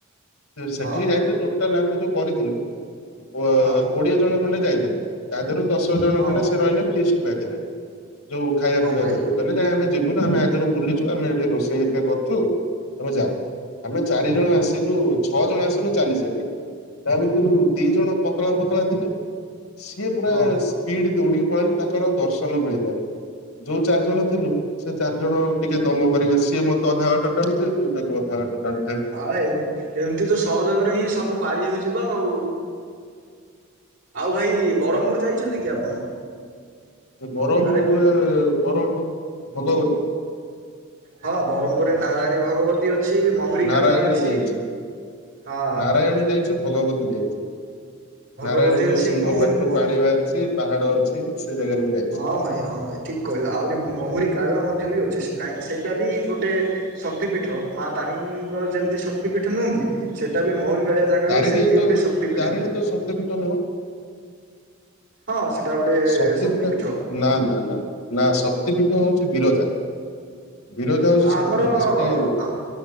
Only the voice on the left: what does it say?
ସେଠିକି
ଯାଇଥିଲୁ ଟୋଟାଲ ଆମେ ଯୋଉ କରିଥିଲୁ ୱ
କୋଡିଏ ଜଣ ଖଣ୍ଡେ ଯାଇଥିଲୁ। ତା ଧେରୁ ଦଶ ଜଣ
ଖଣ୍ଡେ ସେ ରହିଲେ ଫିଷ୍ଟ ପାଖେରେ ଯୋଉ ଖାଇବା
ପିଇବା
କରିବେ। କହିଲେ ନା ଆମେ ଯିବୁନୁ ଆମେ ଆଗରୁ ବୁଲିଛୁ। ଆମେ ଏଠି ରୋଷେଇ ଘରିକା କରୁଛୁ। ତମେ ଯାଅ। ଆମେ ଚାରି ଜଣ ଆସିଲୁ ଛଅ ଜଣ ଆସିଲୁ ଚାଲି ଚାଲି। ତା ଭିତରୁ ଦି ଜଣ ପତଳା ପତଳା ଥିଲେ। ସିଏ ପୁରା
ସ୍ପିଡ ଦୌଡିିକି ପଳେଇଲେ। ତାଙ୍କର ଆଉ ଦର୍ଶନ ମିଳିଲାନି। ଯୋଉ ଚାରି ଜଣ ଥିଲୁ ସେ ଚାରି ଜଣ ଟିକେ ଦମ ବାରି ବସ୍। ସିଏ ମତେ ଅଧାବାଟ ଟାଡୁଥାଏ। ମୁଁ ତାକୁ ଅଧା ବାଟ ଟାଣୁଥାଏ।
ସେ ବରମ୍
ପୁରରେ ବରମ୍‌ପୁର ଭଗବତୀ।
ନାରାୟଣୀ
ଯାଇଚି।
ନାରାୟଣୀ ଯାଇଛି ଭଗବତୀ ଯାଇଚି। ନାରାୟଣୀ
ଯୋଉ
ସିଂହ
ପାଟିରୁ ପାଣି ବାହାରିଛି, ପାହାଡ ଅଛି ସେ ଜାଗାରେ ଯାଇଛି।
ତାରିଣୀ
ତ
ତାରିଣୀ ତ ଶକ୍ତିପୀଠ ନୁହଁ,
ଶକ୍ତି
ପୀଠ ନା ନା ନା। ନା, ଶକ୍ତିପୀଠ ହଉଚି ବିରଜା। ବିରଜା ହଉଚି ଶକ୍ତିପୀଠ,
ସେଠି